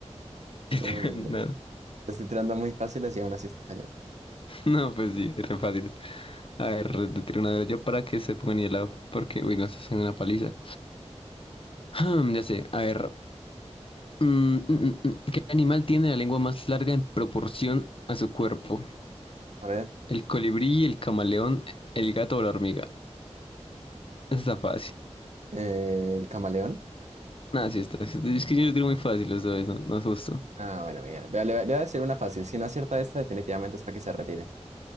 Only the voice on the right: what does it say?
Uy, uy,
Te estoy tirando muy fáciles y aún así está fallando.
A ver,
eh, el camaleón.
Ah, bueno, Miguel. Vea, le, le voy a decir una fácil. Si no acierta esta, definitivamente es para que se retire.